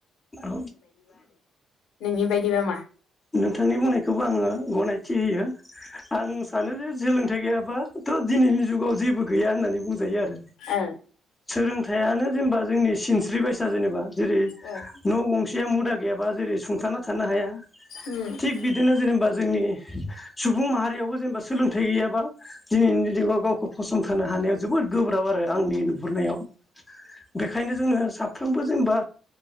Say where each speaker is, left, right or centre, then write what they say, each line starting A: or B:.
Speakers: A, on the left; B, on the left.
A: औ
B: नोंनि बायदिबा मा
A: नोंथांनि बुंनायखौबो आङो गनायथि होयो आं सानो जे सोलोंथाइ गैयाबाथ' दिनैनि जुगाव जेबो गैया होननानै बुंजायो आरो
B: ओ
A: सोलोंथाइयानो जेनेबा जोंनि सिनस थ्रि बाइसा जेनेबा जेरै
B: उम
A: न' गंसेया मुदा गैयाबा जेरै सुंथाना थानो हाया
B: उम
A: थिग बिदिनो जेनेबा जोंनि सुबुं माहारियावबो जेनेबा सोलोंथाइ गैया। बा दिनैनि जिवआव गावखौ फसंथानो हानाया जोबोद गोब्राब आरो आंनि नुहुरनायाव बेनिखायनो जोनो साफ्रोमबो जोंबा